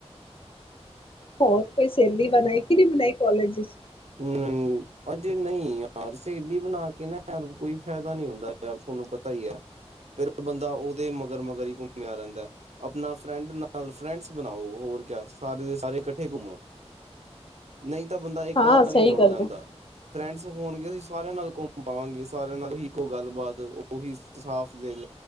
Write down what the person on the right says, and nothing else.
ਹੂਂ। ਅਜੇ ਨਂਈ ਯਾਰ ਸਹੇਲੀ ਬਣਾ ਕੇ ਨਾ ਯਾਰ ਕੋਈ ਫਾਏਦਾ ਨੀ ਹੁੰਦਾ ਯਾਰ ਤੁਆਨੂੰ ਪਤਾ ਈ ਐ। ਫੇਰ ਬੰਦਾ ਉਹਦੇ ਮਗਰ-ਮਗਰ ਈ ਘੁੰਮੇਆ ਰੈਂਦੈ। ਆਪਣਾ ਫਰੈਂਡ ਨਾਲ ਫਰੈਂਡਸ ਬਣਾਓ ਹੋਰ ਕਿਆ ਸਾਰੇ ਦੇ ਸਾਰੇ ਕੱਠੇ ਘੁੰਮੋ। ਨਂਈ ਤਾਂ ਬੰਦਾ ਇੱਕ
ਨਾ
ਫਰੈਂਡਸ ਹੋਣਗੇ ਅਸੀਂ ਸਾਰੇਆਂ ਨਾਲ ਘੁੰਮ ਪਾਵਾਂਗੇ। ਸਾਰੇਆਂ ਨਾਲ ਹੀ ਇੱਕੋ ਗਾੱਲਬਾਤ ਓਹੀ ਸਾਫ ਦਿਲ